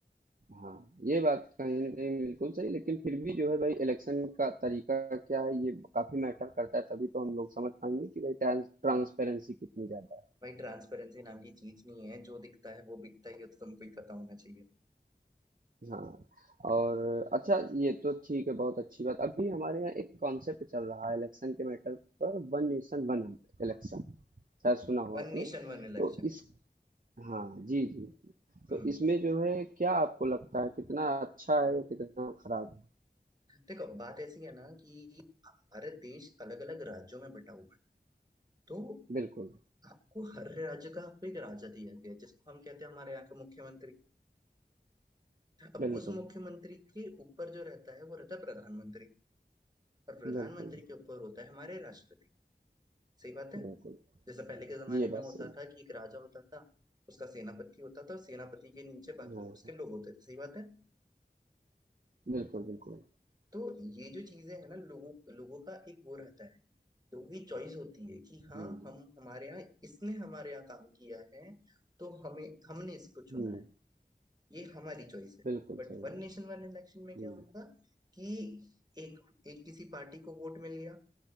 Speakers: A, on the right; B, on the right.
A: हाँ ये बात कहीं ना कहीं बिल्कुल सही लेकिन फिर भी जो है भाई इलेक्शन का तरीका क्या है ये काफी मैटर करता है तभी तो हम लोग समझ पाएंगे कि भाई ट्रांसपेरेंसी कितनी ज्यादा है
B: भाई ट्रांसपेरेंसी नाम की चीज नहीं है जो दिखता है वो बिकता ही है तो तुमको ही पता होना चाहिए
A: हाँ और अच्छा ये तो ठीक है बहुत अच्छी बात अभी हमारे यहाँ एक कॉन्सेप्ट चल रहा है इलेक्शन के मैटर पर वन नेशन वन इलेक्शन शायद सुना हो
B: One
A: आपने
B: nation one election
A: तो इस हाँ जी जी
B: हम्म
A: तो इसमें जो है क्या आपको लगता है कितना अच्छा है या कितना खराब है
B: देखो बात ऐसी है ना कि भारत देश अलग अलग राज्यों में बटा हुआ है तो
A: बिल्कुल
B: आपको हर राज्य का आपको एक राजा दिया गया है, जिसको हम कहते हैं हमारे यहाँ का मुख्यमंत्री अब
A: बिल्कुल
B: उस मुख्यमंत्री के ऊपर जो रहता है वो रहता है प्रधानमंत्री और प्रधानमंत्री
A: बिल्कुल
B: के ऊपर होता है हमारे राष्ट्रपति सही बात है
A: बिल्कुल
B: जैसे पहले के जमाने
A: जी ये बात
B: में होता
A: सही
B: था कि एक राजा होता था उसका सेनापति होता था और सेनापति के नीचे बाकी
A: है। हाँ
B: उसके लोग होते थे सही बात है
A: बिल्कुल बिल्कुल
B: तो ये जो चीजें है ना लोगों लोगों का एक वो रहता है लोगों की चॉइस होती है कि हाँ
A: हम्म
B: हम हमारे यहाँ इसने हमारे यहाँ काम किया है तो हमें हमने इसको चुना
A: हम्म
B: है ये हमारी चॉइस है
A: बिल्कुल
B: But
A: सही
B: one
A: बात
B: nation one election में
A: हम्म
B: क्या होगा कि एक एक किसी पार्टी को वोट मिल गया